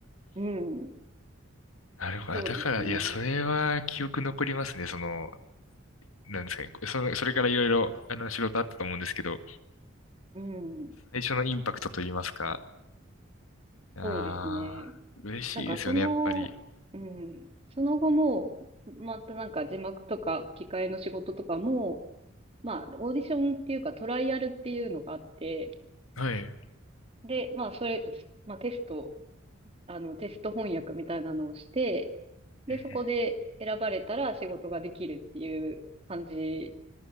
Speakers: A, on the right (about 30°); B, on the left (about 85°).
A: うん。
B: なるほど。
A: そうですね。
B: あだから、いや、それは記憶残りますね。その、なんですかね。その、それからいろいろ、あの、仕事あったと思うんですけど、
A: うん。
B: 最初のインパクトと言いますか。ああ、
A: そうですね。
B: 嬉しいですよね、
A: なんかその、
B: やっぱり。
A: うん。その後も、またなんか字幕とか吹き替えの仕事とかも、まあ、オーディションっていうかトライアルっていうのがあって、
B: はい。う
A: で、まあ、それ、まあ、テスト、あの、テスト翻訳みたいなのをして、で、
B: ん
A: そこで選ばれたら仕事ができるっていう感じ